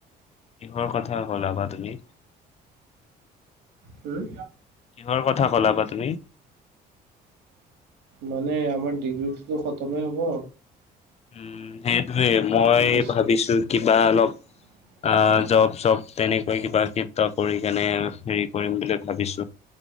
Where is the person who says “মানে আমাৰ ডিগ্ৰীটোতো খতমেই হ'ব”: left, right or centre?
Right